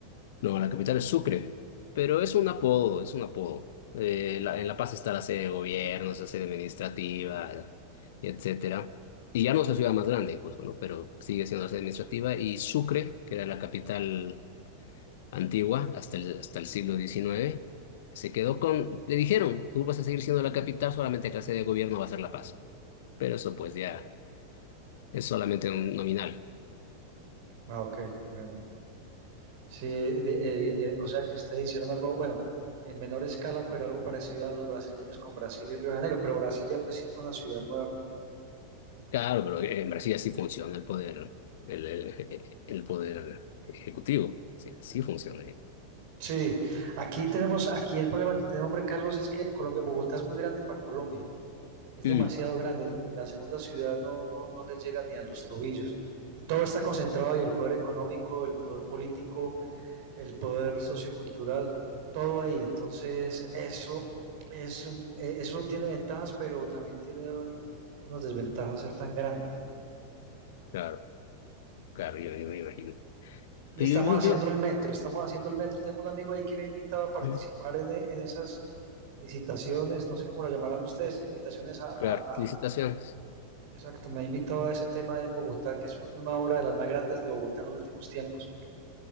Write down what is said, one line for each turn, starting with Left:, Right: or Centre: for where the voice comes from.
Left: No, la capital es Sucre, pero es un apodo, es un apodo. Eh, la- en La Paz está la sede de gobierno, la sede administrativa, y etcétera. Y ya no es la ciudad más grande incluso, ¿no? Pero sigue siendo la sede administrativa. Y Sucre, que era la capital antigua hasta el, hasta el siglo diecinueve, se quedó con... Le dijeron, tú vas a seguir siendo la capital, solamente que la sede de gobierno va a ser La Paz. Pero eso pues ya es solamente un nominal.
Right: Ah, ok, comprendo. Sí, de- eh, eh, o sea que ustedes hicieron algo, bueno, en menor escala, pero algo parecido a los brasileños con Brasil y Río de Janeiro, pero Brasilia pues sí fue una ciudad nueva completamente.
Left: Claro, pero en Brasil así funciona el poder, el, el, el poder ejecutivo. sí, sea, así funciona ahí.
Right: Sí, aquí tenemos, aquí el problema que tenemos, hombre, Carlos, es que Colombia, Bogotá es muy grande para Colombia, es
Left: Mm,
Right: demasiado grande, la segunda ciudad no, no, no les llega ni a los tobillos, y todo está concentrado y el poder económico, el poder político el poder sociocultural, todo ahí. Entonces, eso, es un- eh, eso tiene ventajas, pero también tiene unas desventajas ser tan grande.
Left: Claro, claro, yo, yo me imagino.
Right: Y
Left: Pero
Right: estamos
Left: yo, yo,
Right: haciendo
Left: yo,
Right: el metro, estamos haciendo el metro. Tengo un amigo ahí que me ha invitado a participar
Left: mm,
Right: en, e- en esas licitaciones, no sé cómo las llamarán ustedes, esas invitaciones a, a-
Left: claro,
Right: a-
Left: licitaciones.
Right: Exacto, me ha invitado a ese tema en Bogotá, que es una obra de las más grandes de Bogotá en los últimos tiempos.